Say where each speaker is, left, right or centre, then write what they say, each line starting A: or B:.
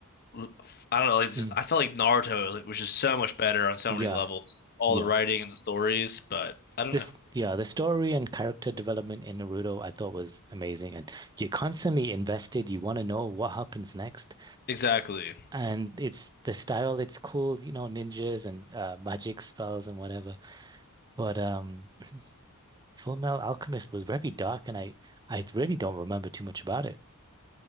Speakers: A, on the left (about 45°); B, on the right (about 20°).
A: l- I don't know. Like, just,
B: mm,
A: I felt like Naruto like, was just so much better on so
B: yeah,
A: many levels. All
B: yeah.
A: the writing and the stories, but I don't
B: This,
A: know.
B: yeah, the story and character development in Naruto I thought was amazing. And you're constantly invested. You want to know what happens next.
A: Exactly.
B: And it's the style, it's cool, you know, ninjas and uh, magic spells and whatever. But um <clears throat> Full Metal Alchemist was very dark and I I really don't remember too much about it.